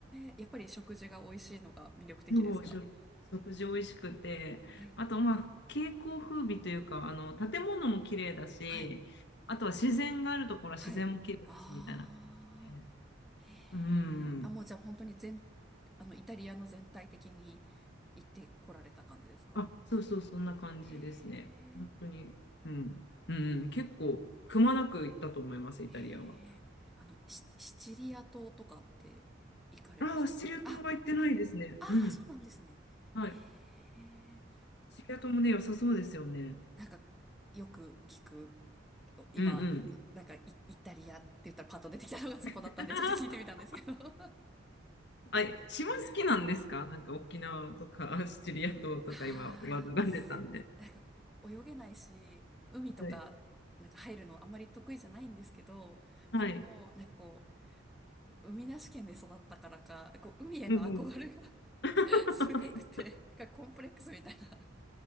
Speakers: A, in the centre; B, on the left (about 60°).
A: え、やっぱり食事が美味しいのが魅力的ですか
B: そう、食食事美味しくて。
A: はい。
B: あと、まあ、景観風美というか、あの、建物も綺麗だし、
A: はい。
B: あとは自然があるところは自然も綺麗だし、
A: はい。ああ、
B: みたいな感じで。
A: へえ。
B: うん。
A: あ、もうじゃあ本当に全、あの、イタリアの全体的に行ってこられた感じですか
B: あ、そうそう、そんな感じですね。
A: へえ、
B: 本当に。うん。うん、結構、くまなく行ったと思います、イタリアは。
A: へえ。あの、シ、シチリア島とかって行かれましたかあ、
B: ああ、シチリア島は行ってないですね。
A: ああ、
B: うん。
A: そうなんですね。
B: はい。
A: へえ。
B: シチリア島もね、良さそうですよね。
A: なんか、よく聞く。今、
B: うんうん。
A: なんかイ、イタリアって言ったらパッと出てきたのがそこだったんで、
B: <laughs>
A: <laughs> ちょっと聞いてみたんですけど。<laughs> あ
B: あ、島好きなんですかなんか沖縄とかシチリア島とか今、
A: あ、
B: 話題が出たんで。
A: なんか泳げないし、海とか、
B: はい。
A: なんか入るのあんまり得意じゃないんですけど、
B: はい。
A: でも、なんかこう、海なし県で育ったからか、こう、海への憧れが
B: うんうん。
A: <laughs>
B: <laughs>
A: すごくて、なんかコンプレックスみたいな。